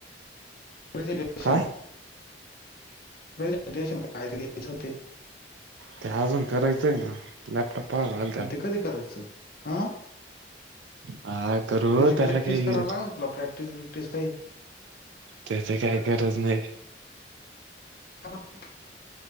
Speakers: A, on the left (about 55°); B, on the right (about 85°).
A: प्रेजेंटेशन
B: काय
A: प्रेझंटेशन काल ते देयचे होते?
B: ते अजून करायचंय ना,, लॅपटॉप पाहावं लागल त्याला.
A: मग ते कधी करायचं? अं,
B: हा करू
A: त्याची
B: त्याला
A: प्रॅक्टिस
B: काही
A: कराव लागल ना तुला प्रॅक्टिस क्टिस काई?
B: त्याचे काय गरज नाही.
A: का बरं?